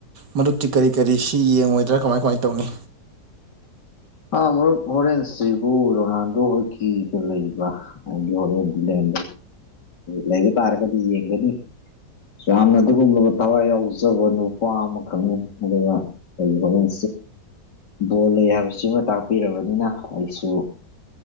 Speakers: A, on the right; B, on the left.
A: ꯃꯔꯨꯞ ꯇꯤ ꯀꯔꯤ ꯀꯔꯤ ꯁꯤ ꯌꯦꯡꯉꯣꯏꯗ꯭ꯔꯥ ꯀꯃꯥꯏ ꯀꯃꯥꯏꯅ ꯇꯧꯅꯤ
B: ꯑ ꯑ ꯃꯔꯨꯞ ꯍꯣꯔꯦꯟꯁꯤꯕꯨ ꯔꯣꯅꯥꯜꯗꯣ ꯀꯤꯒ ꯂꯩꯕ ꯑꯩꯗꯤ ꯍꯣꯔꯦꯟꯗ ꯂꯩ ꯂꯩꯕ ꯇꯥꯔꯒꯗꯤ ꯌꯦꯡꯒꯅꯤ ꯌꯥꯝꯅ ꯑꯗꯨꯒꯨꯝꯂꯕ ꯊꯋꯥꯏ ꯌꯥꯎꯖꯕ ꯅꯨꯄꯥ ꯑꯃꯈꯛꯅꯤ ꯑꯗꯨꯒ ꯑꯩꯒꯤ ꯍꯣꯔꯦꯟ ꯕꯣꯜ ꯂꯩ ꯍꯥꯏꯕꯁꯤꯃ ꯇꯥꯛꯄꯤꯔꯕꯅꯤꯅ ꯑꯩꯁꯨ